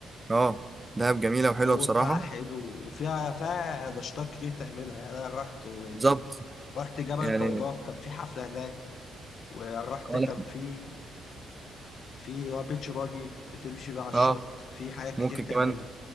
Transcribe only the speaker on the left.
الجو
بتاعها حلو وفيها فيها نشاطات كتير تعملها يعني أنا رحت وال...
رحت جبل
الطويلات كان في حفلة هناك ورحت
كان
في في بيتش باجي بتمشي بقى على الشط
في حاجات كتير
تعملها